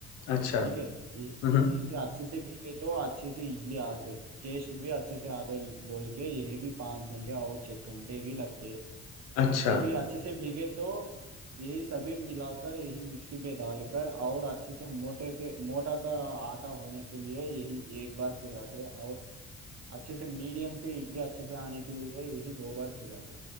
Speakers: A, on the left; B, on the right.
A: अच्छा
B: ठीक है यही
A: हम्म
B: भीगने से अच्छे से भीगे तो अच्छे से इडली आते टेस्ट भी अच्छे से आते बोल के यही भी पाँच घंटे और छः घंटे भी लगते
A: अच्छा
B: यही अच्छे से भीगे तो यही सभी मिलाकर यही मिक्सी में डालकर और अच्छे से मोटे से मोटा सा आटा होने के लिए यही एक बार फिराते और अच्छे से मीडियम से इडली अच्छे से आने के लिए यही दो बार फिराते